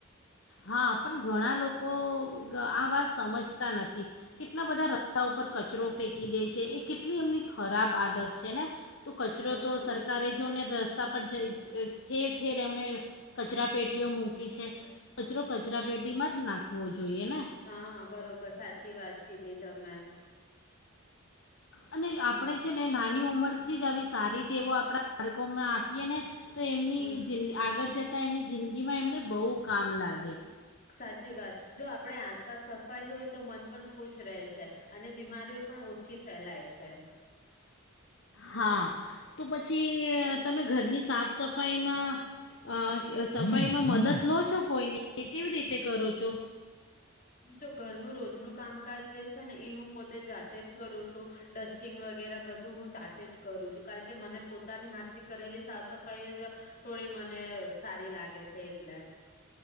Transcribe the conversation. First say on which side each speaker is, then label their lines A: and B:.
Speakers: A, on the left; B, on the left.
A: હા પણ ઘણાં લોકો તો આ વાત સમજતા નથી. કેટલાં બધાં રસ્તા ઉપર કચરો ફેંકી દે છે, એ કેટલી એમની ખરાબ આદત છે ને! તો કચરો
B: હા
A: તો સરકારે જો ને રસ્તા પર જઈ જ ઠેર ઠેર એમને કચરા પેટીઓ મૂકી છે. કચરો કચરા પેટીમાં જ નાખવો જોઈએ ને
B: હા બરોબર સાચી વાત કીધી તમે.
A: અને
B: હમ
A: આપડે છે ને નાની ઉંમર થી જ આવી સારી ટેવો આપણા બાળકો માં આપીએ ને તો એમની
B: હમ
A: જિંદ આગળ જતા જતા એમની જિંદગીમાં એમને બહુ કામ લાગે.
B: સાચી વાત જો આપણે આસપાસ સફાઈ હોય તો મન પણ ખુશ રહે છે અને બીમારીઓ પણ ઓછી ફેલાય છે.
A: હા તો પછી તમે ઘરની સાફ સફાઈમાં અહ સફાઈમાં મદદ લો છો કોઈની, કે કેવી રીતે કરો છો?
B: તો ઘરનું રોજનું કામકાજ જે છે ને ઈ હું પોતે જાતે જ કરું છું ડસ્ટિંગ વગેરા બધું હું જાતે જ કરું છું કારણ કે મને પોતાની હાથની કરેલી સાફ સફાઈ જ થોડી મને સારી લાગે છે એટલે.